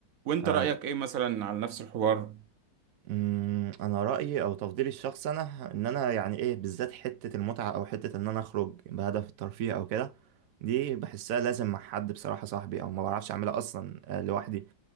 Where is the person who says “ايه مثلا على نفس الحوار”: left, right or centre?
Right